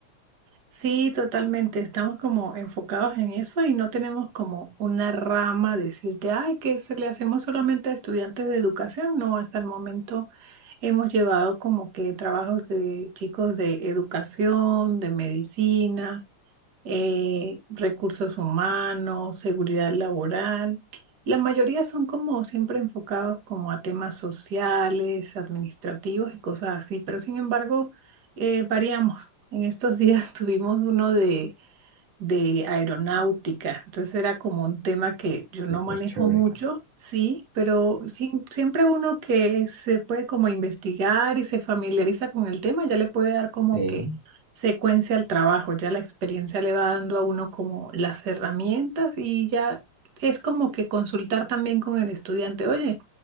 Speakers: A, on the right; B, on the right.
A: Sí, totalmente, estamos como enfocados en eso y no tenemos como una rama decirte, ay, que se le hacemos solamente a estudiantes de educación. No, hasta el momento hemos llevado como que trabajos de chicos de educación, de medicina eh, recursos humanos, seguridad laboral. La mayoría son como siempre enfocados como a temas sociales, administrativos y cosas así, pero sin embargo, eh, variamos. En estos días <laughs> tuvimos uno de de aeronáutica. Entonces era como un tema que yo no
B: Súper
A: manejo
B: chévere.
A: mucho, sí, pero sí- siempre uno que se puede como investigar y se familiariza con el tema, ya le puede dar como
B: Sí.
A: que secuencia al trabajo, ya la experiencia le va dando a uno como las herramientas y ya es como que consultar también con el estudiante, oye,